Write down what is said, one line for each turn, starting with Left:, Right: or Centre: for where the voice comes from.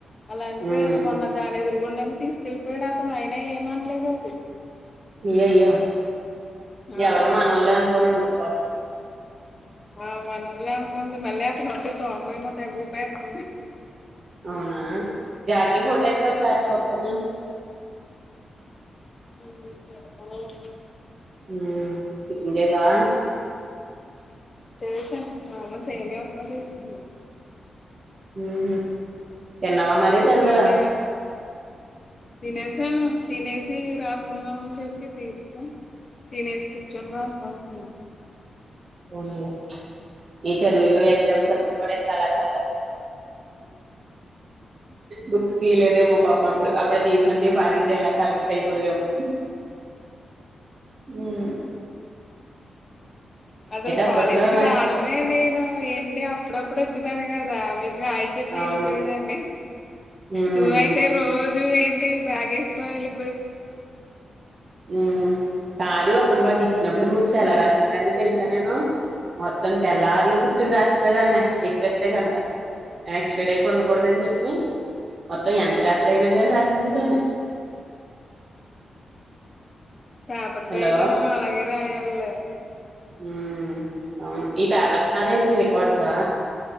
Left: అలాంటిది
Right: ఉమ్
Left: మొన్న దాని ఎదురుగుండానే తీసుకెళ్లిపోయాడు అతను ఆయన ఏమనలేదు అది
Right: అయ్యయ్యో
Left: ఆ
Right: ఎవరో మనోళ్ళే అనుకోని ఉంటది పాపం
Left: ఆ మనోళ్ళే అనుకుంది మళ్ళీ తోక ఏమో తెగ ఉపేత్తంది
Right: అవునా జాకీ ఫోటో ఎట్టు ఒకసారి చూత్తను
Left: ఉమ్ పెడతానులే
Right: ఉమ్ టిఫిన్ చేసావ
Left: చేసాను మా అమ్మ మ సేమియా ఉప్మా చేసింది
Right: ఉహు తిన్నావా మరి
Left: ఉప్మాలే
Right: తినలేదా
Left: తినేసాను తినేసి రాసుకుందాం అని చెప్పి తీసా తినేసి కూర్చొని రాసుకో అంటున్నారు
Right: పోనిలే ఏ చదువులు ఎగ్జామ్స్ అప్పుడు కూడా ఇంత అలా చదువ బుక్స్ తీయలేదేమో పాపం అప్పుడు అప్పుడే తీసుఉంటే ఈ పాటి జిల్లా కలెక్టర్ అయిపోదుమో ఉం
Left: అసలు
Right: అప్పట్లో
Left: కాలేజీకి
Right: నా
Left: రావడమే నేను ఏంటి అప్పుడప్పుడు వచ్చేదాను కదా మీకు హా చెప్పి
Right: అవును
Left: వెళ్ళిపోయేదాన్నీ
Right: ఉమ్
Left: నువ్వయితే రోజు ఏంటి బ్యాగ వేసుకోనీ వెళి
Right: ఉం కాదు అప్పుడు మాకు ఇచ్చినప్పుడు బుక్స్ ఎలా రాసేద్దని తెలుసా నేను మొత్తం తెల్లార్లు కూర్చుని రాస్తేదన్న ఎక్కువేతే కనుక నెక్స్ట్ డే కొండకూడద అని చెప్పి మొత్తం ఎంత రాత్రి అయినా కాని రాసేసేదాన్ని
Left: పేపర్స్
Right: హలో
Left: అయితే మనం అలాగే రాయాలిలే
Right: ఉం అవును ఈ పేపర్స్ కదండి రికార్డ్సా